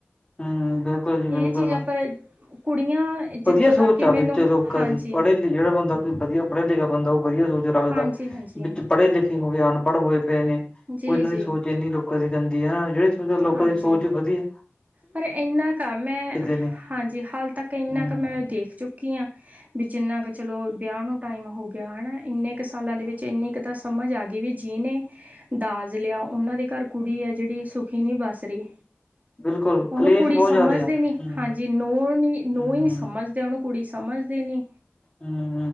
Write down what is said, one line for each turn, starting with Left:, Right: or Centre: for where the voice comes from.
Left: ਹੂੰ, ਬਿਲਕੁਲ ਜੀ ਬਿਲਕੁਲ।
Right: ਇਹ ਚੀਜ਼ਾਂ ਪਰ ਕੁੜੀਆਂ ਜਿੱਥੋਂ
Left: ਵਧੀਆ ਸੋਚ
Right: ਤੱਕ ਕਿ
Left: ਆ
Right: ਮੈਨੂੰ
Left: ਵਿੱਚ ਲੋਕਾਂ
Right: ਹਾਂਜੀ
Left: ਦੀ ਪੜੇ ਲਿਖੇਗਾ ਬੰਦਾ ਕੋਈ ਵਧੀਆ ਪੜਿਆ ਲਿਖਿਆ ਬੰਦਾ ਓ ਵਧੀਆ ਸੋਚ ਰੱਖਦਾ
Right: ਹਾਂਜੀ-ਹਾਂਜੀ,
Left: ਵਿੱਚ ਪੜੇ ਲਿਖੇ ਹੋ ਗਏ ਅਨਪੜ ਹੋਏ ਪਏ ਨੇ
Right: ਜੀ-ਜੀ,
Left: ਓ ਏਨਾਂ ਦੀ ਸੋਚ ਏਨੀਂ ਲੋਕਾਂ ਦੀ ਰੈਂਦੀ ਐ, ਜੇੜੀ ਥੋੜੀ ਬੋਤ ਲੋਕਾਂ
Right: ਹਾਂਜੀ।
Left: ਦੀ ਸੋਚ ਬਧੀਐ
Right: ਪਰ ਏਨਾਂ ਕ ਐ ਮੈਂ,
Left: ਨੇ
Right: ਹਾਂਜੀ ਹਾਲ ਤੱਕ ਏਨਾਂ
Left: ਹਮ
Right: ਕ ਮੈਂ ਦੇਖ ਚੁੱ ਕੀ ਆਂ ਬੀ ਜਿੰਨਾ ਕੁ ਚਲੋ ਬਿਆ ਨੂੰ ਟਾਈਮ ਹੋ ਗਿਆ ਹੈਨਾ ਇੰਨੇ ਕ ਸਾਲਾਂ ਦੇ ਵਿੱਚ ਇੰਨੀ ਕ ਤਾਂ ਸਮਝ ਆ ਗਈ ਵੀ ਜੀ ਨੇ ਦਾਜ ਲਿਆ ਓਹਨਾਂ ਦੇ ਘਰ ਕੁੜੀ ਐ ਜੜੀ ਸੁ ਖੀ ਨੀ ਬਸ ਰੀ।
Left: ਬਿਲਕੁਲ ਕਲੇਸ਼
Right: ਓਨੂੰ ਕੁੜੀ
Left: ਬਹੁਤ
Right: ਸਮਝਦੇ
Left: ਜ਼ਿਆਦਾ ਆ
Right: ਈ ਨੀ।
Left: ਹਮ
Right: ਹਾਂਜੀ, ਨੂੰਹ ਨੀ, ਨੂੰਹ
Left: ਹਮ
Right: ਈ ਸਮਝਦੇ ਆ ਓਨੂੰ। ਕੁੜੀ ਸਮਝਦੇ ਈ ਨੀ।
Left: ਹਮ।